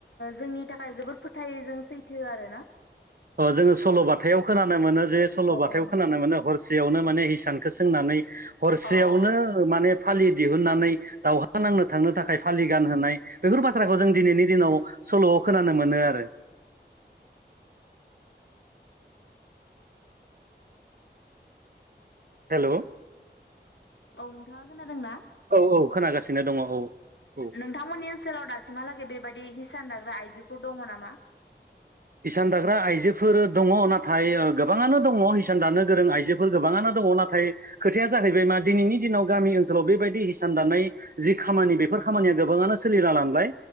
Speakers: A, on the left; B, on the right.
A: जोंनि थाखाय जोबोद फोथायजों सैथो आरो ना
B: अ जोङो सल'बाथायाव खोनानो मोनो जे सल'बाथायाव
A: औ औ नंगौ
B: खोनानो मोनो हरसेयावनो माने इसानखौ सोंनानै हरसेयावनो
A: अ अ
B: फालि दिहुननानै दावहा नांनो थांनो थाखाय फालि गानहोनाय बेफोर बाथ्राखौ जों दिनैनि दिनाव सल'आव खोनानो मोनो आरो
A: औ नोंथांमोननि ओनसोलाव दासिम दासिमहालागै दाग्रा दङ नामा?
B: हेल'
A: औ नोंथाङा खोनादोंना
B: औ औ खोनागासिनो दङ औ औ
A: नोंथांमोननि ओनसोलाव दासिमहालागै बेबायदि दाग्रा आइजोफोर दङ नामा
B: इसान दाग्रा आइजोफोर दंङ नाथाय गोबांङानो दंङ इसान दानो गोरों आइजोफोर गोबांङानो दङ नाथाय खोथाया जाहैबाय
A: ओ
B: मा दिनैनि दिनाव गामि ओनसोलाव बेबायदि हिसान दानायानाय जि खामानि बेफोर खामानिया गोबाङानो सोलिला लांबाय